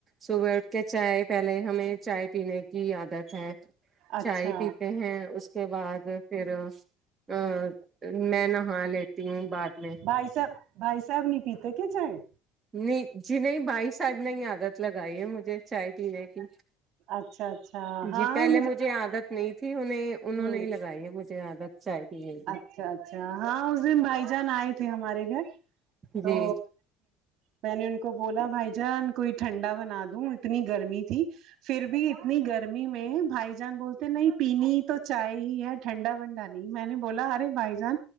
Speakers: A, on the right; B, on the right.
A: صبح اٹھ کے چائے پہلے ہمیں چائے پینے کی عادت ہے
B: اچھا
A: چائے پیتے ہیں اس اس کے بعد پھر ا میں نہا لیتی ہوں بعد میں
B: بھائی صاحب بھائی صاحب نہیں پیتے کیا چاہے
A: نہیں جی نہیں بھائی صاحب نے ہی عادت لگائی ہے مجھے چائے پینے کی
B: اچھا اچھا ہاں
A: جی پہلے مجھے عادت نہیں تھی انہیں انہوں
B: ہ
A: نے ہی لگائی ہے مجھے عادت چائے پینے کی
B: اچھا اچھا ہاں اس دن بھائی جان آئے تھے ہمارے گھر تو
A: جی
B: میں نے ان کو بولا بھائی جان کوئی ٹھنڈا بنا دوں اتنی گرمی تھی پھر بھی اتنی گرمی میں بھائی جان بولتے نہیں پینی ہےتو چائے ہی ہے ٹھنڈا ونڈا نہیں میں نے بولا ارے بھائی جان